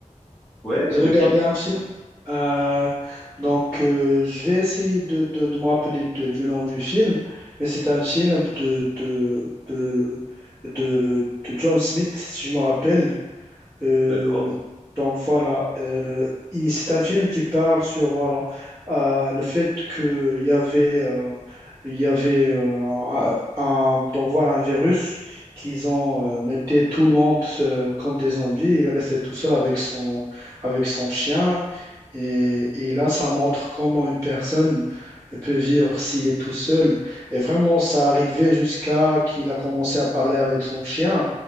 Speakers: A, in the centre; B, on the right.
A: Ouais,
B: j'ai
A: lequel?
B: regardé un film. Euh, donc, euh, je vais essayer de, de- de me rappeler de- du nom du film, mais c'est un film de, de, de, de, de John Smith, si je me rappelle. Euh,
A: D'accord,
B: donc voilà, Euh, il- c'est un film qui parle sur voilà euh, le fait que il y avait euh, il y avait euh, un, un- donc voilà un virus qu'ils ont euh, mettait tout le monde euh, comme des zombies. Il restait tout seul avec son avec son chien. Et, et là, ça montre comment une personne peut vivre s'il est tout seul. Et vraiment, ça arrivait jusqu'à qu'il a commencé à parler avec son chien,